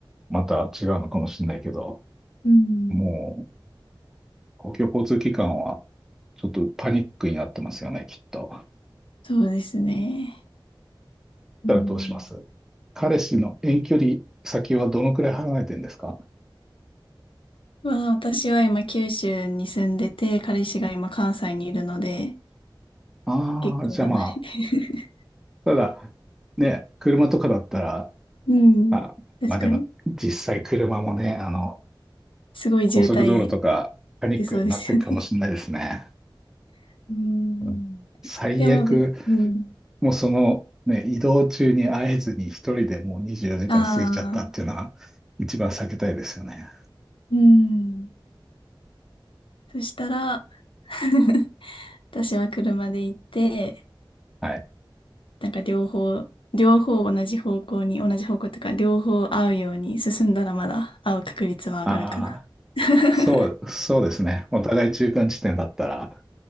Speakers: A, in the centre; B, on the left.
A: また違うのかもしれないけど、
B: うん。
A: もう、公共交通機関は、ちょっとパニックになってますよね、きっと。だっ
B: そうですね。うん
A: たらどうします彼氏の遠距離先はどのくらい離れてるんですか
B: まあ、私は今九州に住んでて、彼氏が今関西にいるので、
A: ああ、
B: 結構離れて。
A: じゃあまあ、
B: <laughs>
A: ただ、ね、車とかだったら、
B: うん。
A: あ、
B: 確かに。
A: まあでも、実際車もね、あの、
B: すごい渋滞
A: 高速道路とか、パニックになっていくかもしれないですね。
B: 出そうですよね。<laughs> うん。
A: うん最悪、
B: でも、で、うん。
A: もうその、ね、移動中に会えずに一人でもう24時間過ぎちゃったっていうのは、
B: ああ、
A: 一番避けたいですよね。
B: うん。そしたら、<laughs> 私は車で行って、
A: はい。
B: なんか両方、両方同じ方向に、同じ方向というか、両方合うように進んだらまだ会う確率は上がるかな。
A: ああ、
B: <laughs>
A: そう、そうですね。お互い中間地点だったら、